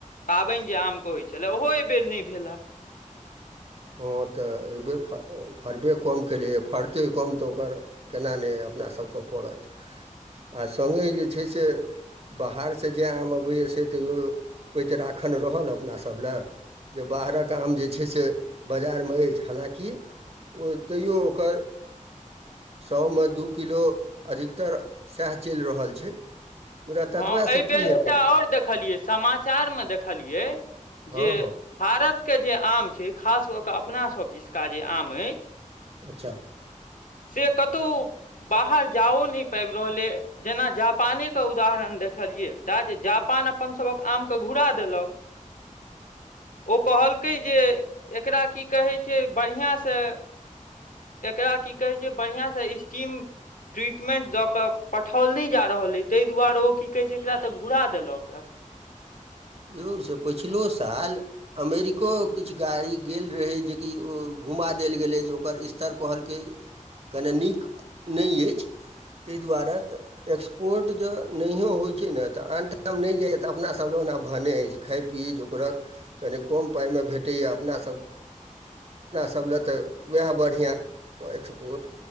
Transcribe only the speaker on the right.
<inaudible> हँ तऽ एहिबेर फ फड़बे कम केलियै फड़तै कम तऽ ओकर केना नहि अपना सबके पड़त आ संगहि जे छै से बाहरसे जे आम अबैए से तैओ पैत राखन रहल अपनासब लेलए जे बाहरक आम जे छै से बाजार में अछि हालँकि ओ तैओ ओकर सौ मे दू किलो अधिकतर सएह चलि रहल छै मुदा ततबएसँ
की
हेतै
हँ
हँ
अच्छा
यौ से पछिलो साल अमेरिको किछु गाड़ी गेल रहै जेकि ओ घुमा देल गेलै जे ओकर स्तर कहलकै कने नीक नहि अछि तहि दुआारे तऽ एक्सपोर्ट जे नहि होइत छै ने तऽ आन ठाम नहि जाइए तऽ अपनासब ल ओना भनै अइछ खाये पिये जोगरक कनि कम पाई मे भेटयै सब ले तऽ वएह बढ़िया एक्सपोर्ट